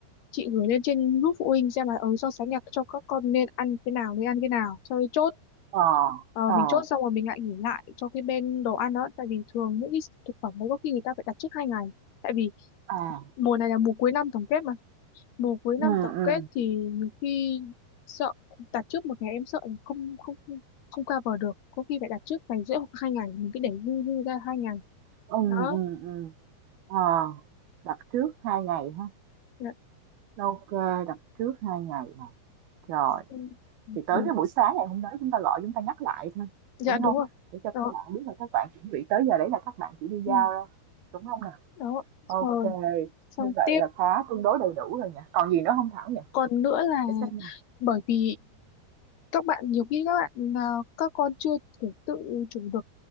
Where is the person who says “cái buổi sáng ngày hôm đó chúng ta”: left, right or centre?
Right